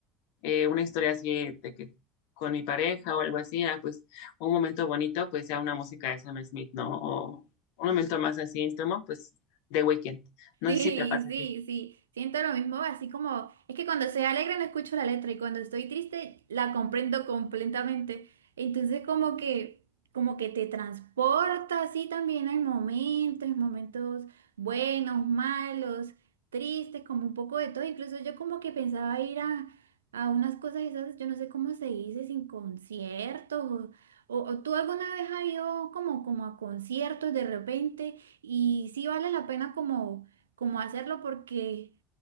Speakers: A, on the left; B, on the right.
A: eh, una historia así de que con mi pareja o algo así, ah, pues un momento bonito, pues sea una música de Sam Smith, ¿no? O un momento más así íntimo, pues de Weekend. No
B: Sí,
A: sé si te pasa
B: sí,
A: a ti.
B: sí, siento lo mismo, así como, es que cuando se alegre no escucho la letra y cuando estoy triste la comprendo completamente. Entonces como que, como que te transporta así también hay momentos, momentos buenos, malos, tristes, como un poco de todo. Incluso yo como que pensaba ir a, a unas cosas esas, yo no sé cómo se dice, sin conciertos, o, o, o tú alguna vez has ido como, como a conciertos de repente y sí vale la pena como cómo hacerlo porque